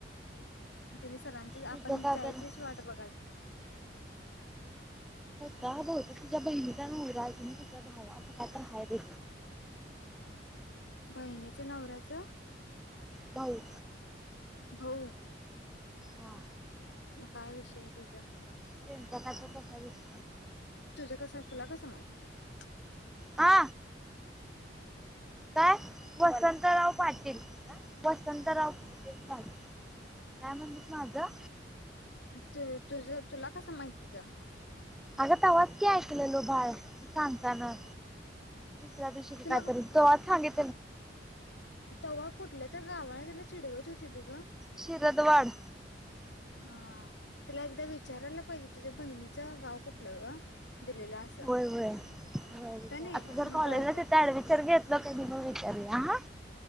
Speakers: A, on the left; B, in the centre.
A: तने सरांची
B: तुझं
A: आपण
B: काय
A: जायचीच
B: तर तुझा
A: वाट बघा
B: का भात तुझ्या बहिणीचा न राय की तुझ भाव असं काय तर हय बे
A: बहिणीच नवरा्याच
B: भाऊ.
A: भाऊ
B: वा.
A: मग काय विषय तिचा.
B: त्यांच्या कसा विस.
A: तुझं कस तुला कसं माहित?
B: हा काय वसंतराव पाटील वसंतराव पा काय म्हणतेस माझं
A: त तुझ तुला कसं माहितीच.
B: अग तेव्हाच ऐकलेलो बाय सांगताना. दिवशी
A: तिला
B: काय त तो आज सांग.
A: तवा्हा कुठल्या तर गावाने त्याला चिडवत होती ते ग.
B: शिरद्वाड.
A: हा तिला एकदा विचारायला पाहिजे तुझ्या बहिणीचं गाव कुठलं ग? दिलेलं असं
B: होय होय हो
A: का नाही
B: आता
A: मग
B: जर कॉलेजला
A: कळते
B: तर ऍडमिशन घेत लो का ब विचार ह.